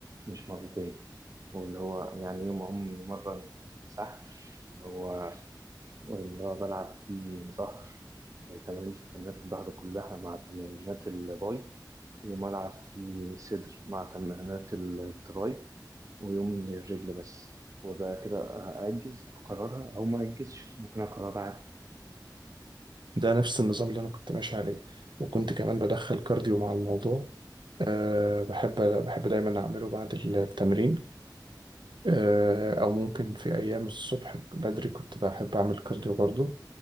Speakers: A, on the right (about 45°); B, on the right (about 80°).
A: مش مرتين واللي هو يعني يوم أقوم مرة سحب اللي هو اللي هو بلعب فيه ظهر يعني تمارين تمرينات الظهر كلها مع تمرينات الباي يوم ألعب فيه صدر مع تمرينات التراي ويوم للرجل بس وبقى كده أأجز أقررها أو ما أجزش ممكن أقررها
B: ده نفس النظام اللي أنا كنت ماشي عليه وكنت كمان بدخل كارديو مع الموضوع أه بحب بحب دايما أعمله بعد التمرين أه أو ممكن في أيام الصبح بدري كنت بحب أعمل كارديو برضه